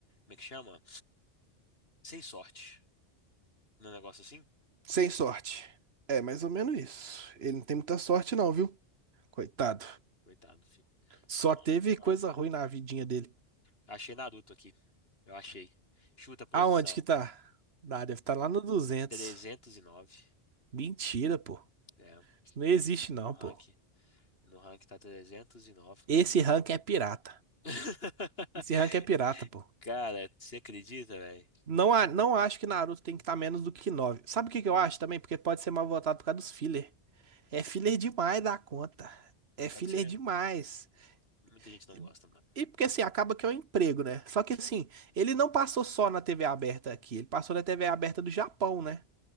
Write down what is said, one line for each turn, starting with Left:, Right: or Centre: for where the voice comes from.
Left: é que chama? Sem sorte. Não é um negócio assim?
Right: Sem sorte. É mais ou menos isso. Ele não tem muita sorte, não, viu? Coitado.
Left: Coitado, filho.
Right: Só
Left: Ó,
Right: teve
Left: ó.
Right: coisa ruim na vidinha dele.
Left: Achei Naruto aqui. Eu achei. Chuta a posição.
Right: Aonde que tá? Ah, deve estar lá no duzentos
Left: trezentos e nove
Right: Mentira, pô.
Left: É,
Right: Isso não existe não,
Left: no ranking.
Right: pô.
Left: No ranking tá trezentos e nove cara.
Right: Esse rank é pirata.
Left: <laughs>
Right: Esse rank é pirata, pô.
Left: Cara, você acredita, velho?
Right: Não, a- não acho que Naruto tem que estar menos do que nove Sabe o que que eu acho também? Porque pode ser mal votado por causa dos filler. É filler demais da conta. É
Left: Pode
Right: filler
Left: ser.
Right: demais.
Left: Muita gente não
Right: E
Left: gosta, mano.
Right: e porque assim, acaba que é um emprego, né? Só que assim, ele não passou só na TV aberta aqui, ele passou na TV aberta do Japão, né?